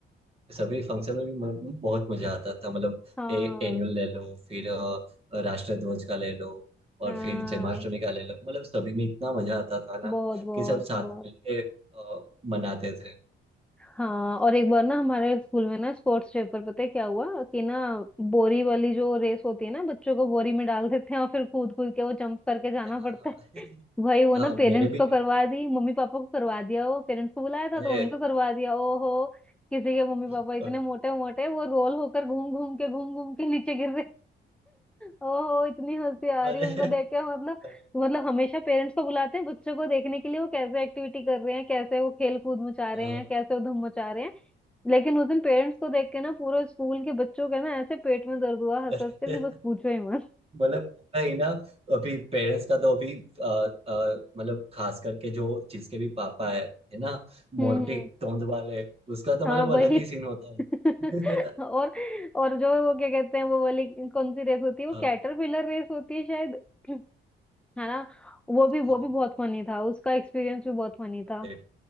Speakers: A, on the right (about 30°); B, in the centre.
A: सभी फंक्शन में भी म- बहुत मजा आता था मतलब
B: हाँ
A: ए, एनुअल ले लो फिर अ, राष्ट्रध्वज का ले लो और
B: हाँ
A: फिर जन्माष्टमी का ले लो मतलब सभी में इतना मजा आता था
B: बहुत
A: ना
B: बहुत
A: कि सब साथ
B: बहुत
A: मिलके अ, मनाते थे
B: हाँ और एक बार ना हमारे स्कूल में ना स्पोर्ट्स डे पर पता है क्या हुआ कि ना बोरी वाली जो रेस होती है ना बच्चों को बोरी में डाल देते हैं और फिर कूद कूद के वो जंप करके जाना
A: हाँ
B: पड़ता
A: हाँ <laughs>
B: है <laughs> भाई वो
A: हाँ
B: ना पेरेंट्स
A: मैंने भी
B: को
A: कही
B: करवा दी मम्मी पापा को करवा दिया वो पेरेंट्स को बुलाया था
A: अरे
B: तो उनको करवा दिया ओहो किसी के मम्मी
A: <laughs>
B: पापा इतने मोटे मोटे वो रोल होकर घूम घूम के घूम घूम के नीचे गिर ओहो इतनी हंसी आ रही
A: अरे
B: है उनको देख के मतलब
A: अरे
B: मतलब हमेशा पेरेंट्स को बुलाते हैं बच्चों को देखने के लिए वो कैसे एक्टिविटी कर रहे हैं कैसे वो खेल कूद मचा रहे
A: हाँ,
B: हैं कैसे वो धूम मचा रहे हैं लेकिन उस दिन पेरेंट्स को देख के ना पूरे स्कूल के बच्चों का ना ऐसे पेट में दर्द हुआ हंस
A: हाँ।
B: हंस कर कि बस पूछो ही मत
A: मतलब होता ही ना अभी पेरेंट्स का तो अभी अ, अ, मतलब खास करके जो जिसके भी पापा है है ना
B: हम्म
A: मोटे
B: हम्म
A: तोंद वाले उसका तो मतलब
B: हाँ वही
A: अलग ही सीन होता है
B: <laughs>
A: <laughs>
B: और और जो वो क्या कहते हैं वो वाली कौन सी रेस होती है वो
A: हाँ,
B: कैटरपिलर रेस होती है शायद <clears throat> है ना वो भी
A: हाँ,
B: वो भी बहुत फनी था उसका एक्सपीरियंस भी बहुत फनी था
A: अरे।